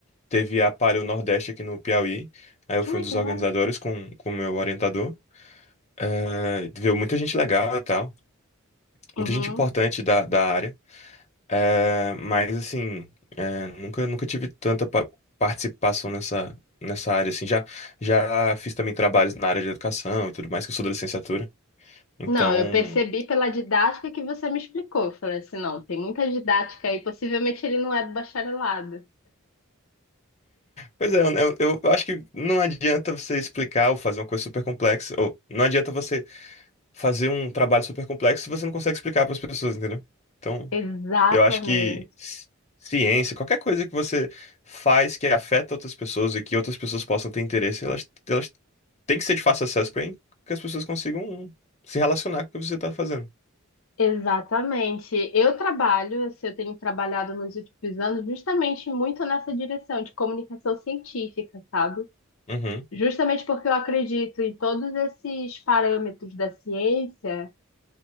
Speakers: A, on the left (about 35°); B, on the left (about 75°).
A: Teve a Palio Nordeste aqui no Piauí. Aí eu
B: Que
A: fui
B: legal.
A: um dos organizadores com com o meu orientador. É, viu muita gente legal e tal.
B: Uhum.
A: Muita gente importante da, da área. É, mas, assim, é, nunca, nunca tive tanta pa- participação nessa, nessa área, assim. Já, já fiz também trabalhos na área de educação e tudo mais, que eu sou da licenciatura. Então...
B: Não, eu percebi pela didática que você me explicou. Eu falei assim, não, tem muita didática aí, possivelmente ele não é do bacharelado.
A: Pois é, eu, eu eu acho que não adianta você explicar ou fazer uma coisa super complexa, ou não adianta você fazer um trabalho super complexo se você não consegue explicar para as pessoas, entendeu? Então,
B: Exatamente.
A: eu acho que ci- ciência, qualquer coisa que você faz que afeta outras pessoas e que outras pessoas possam ter interesse, elas, elas têm que ser de fácil acesso para que as pessoas consigam se relacionar com o que você está fazendo.
B: Exatamente. Eu trabalho, assim, eu tenho trabalhado nos últimos anos justamente muito nessa direção de comunicação científica, sabe?
A: Uhum,
B: Justamente porque eu acredito em todos esses parâmetros da ciência